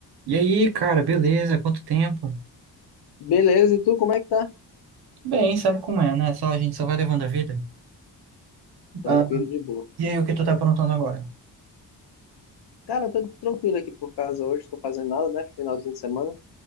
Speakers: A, on the right (about 70°); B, on the left (about 70°).
A: E aí, cara, beleza? Quanto tempo?
B: Beleza, e tu como é que tá?
A: Tudo Bem, sabe como é, né? Só a gente só vai levando a vida.
B: Tranquilo,
A: Ah,
B: de boa.
A: e aí, o que tu tá aprontando agora?
B: Cara, eu tô tranquilo aqui por casa hoje, tô fazendo nada, né? Finalzinho de semana.